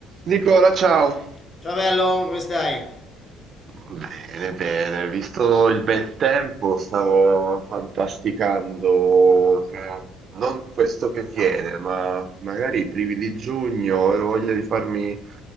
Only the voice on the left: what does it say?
Ciao bello, come stai?